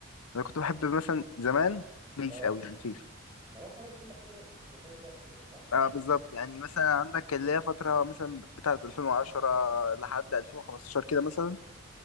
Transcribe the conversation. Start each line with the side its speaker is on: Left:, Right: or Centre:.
Left: انا كنت بحب مثلا زمان بيس
Right: اه
Left: قوي يعني فيفا
Right: ما هو فعلا كل حاجة وكانت لها فترتها صح؟
Left: اه
Right: يعني
Left: بالظبط يعني مثلا عندك اللي هي فترة مثلا بتاعة 2010 لحد 2015 كده مثلا